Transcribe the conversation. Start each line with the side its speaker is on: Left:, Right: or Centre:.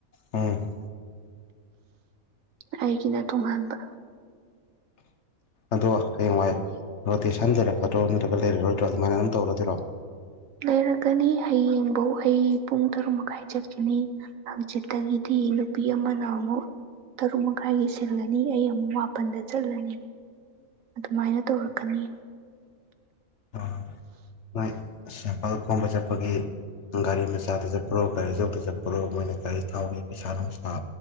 Left: ꯎꯝ
Right: ꯑꯩꯒꯤꯅ ꯇꯣꯉꯥꯟꯕ
Left: ꯑꯗꯣ ꯍꯌꯦꯡꯋꯥꯏ ꯔꯣꯇꯦꯁꯟ ꯂꯩꯔꯛꯀꯗ꯭ꯔꯣ ꯅꯠꯇ꯭ꯔꯒ ꯂꯩꯔꯔꯣꯏꯗ꯭ꯔꯣ ꯑꯗꯨꯃꯥꯏꯅ ꯑꯗꯨꯝ ꯇꯧꯔꯗꯣꯏꯔꯣ
Right: ꯂꯩꯔꯛꯀꯅꯤ ꯍꯌꯦꯡꯐꯧ ꯑꯩ ꯄꯨꯡ ꯇꯔꯨꯛ ꯃꯈꯥꯏ ꯆꯠꯀꯅꯤ ꯍꯧꯖꯤꯛꯇꯒꯤꯗꯤ ꯅꯨꯄꯤ ꯑꯃ ꯅꯃꯨꯛ ꯇꯔꯨꯛ ꯃꯈꯥꯏꯒꯤ ꯁꯤꯜꯂꯅꯤ ꯑꯩ ꯑꯃꯨꯛ ꯃꯥꯄꯟꯗ ꯆꯠꯂꯅꯤ ꯑꯗꯨꯃꯥꯏꯅ ꯇꯧꯔꯛꯀꯅꯤ
Left: ꯑ ꯅꯣꯏ ꯁꯄꯜ ꯈꯣꯕ ꯆꯠꯄꯒꯤ ꯒꯥꯔꯤ ꯃꯆꯥꯗ ꯆꯠꯄꯔꯣ ꯒꯥꯔꯤ ꯑꯆꯧꯕꯗ ꯆꯠꯄꯔꯣ ꯃꯣꯏꯅ ꯒꯥꯔꯤ ꯊꯥꯎꯒꯤ ꯄꯩꯁꯥ ꯅꯨꯡꯁꯥ